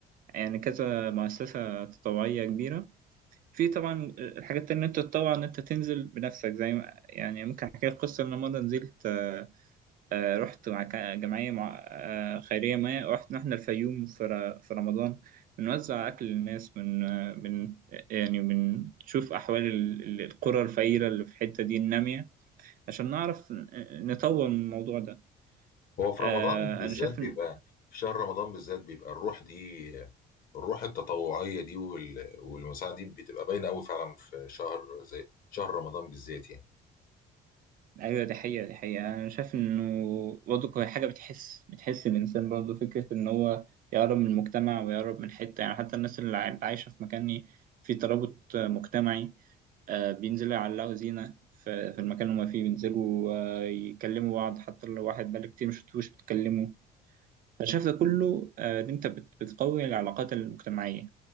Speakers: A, on the right (about 55°); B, on the left (about 55°).
A: يعني كذا مؤسسة تطوعية كبيرة في طبعا الحاجات اللي انت تتطوع ان انت تنزل بنفسك زي ما يعني ممكن احكي لك قصة ان أنا مرة نزلت آه، رحت مع كا- جمعية مع آه، خيرية ما رحت رحنا الفيوم في ر- في رمضان بنوزع أكل للناس من آه، من يعني بنشوف أحوال ال- ال- القرى الفقيرة اللي في الحتة دي النامية عشان نعرف ن- نطور من الموضوع ده
B: هو في
A: آه،
B: رمضان بالذات
A: أنا شايف
B: بيبقى
A: إن
B: في شهر رمضان بالذات بيبقى الروح دي الروح التطوعيه دي وال- والمساعده دي بتبقى باينه قوي فعلا في شهر زي شهر رمضان بالذات يعني
A: أيوة دي حقيقة دي حقيقة أنا شايف إنه برضه هي حاجة بتحس بتحس الإنسان برضه فكرة إن هو يقرب من المجتمع ويقرب من حتة يعني حتى الناس اللي عاي- عايشة في مكان فيه ترابط آه، مجتمعي آه، بينزلوا يعلقوا زينة في في المكان اللي هما فيه بينزلوا آه، يكلموا بعض حتى لو واحد بقالك كتير مشفتوش بتكلموا أنا شايف ده كله آه، إن أنت بت- بتقوي العلاقات المجتمعية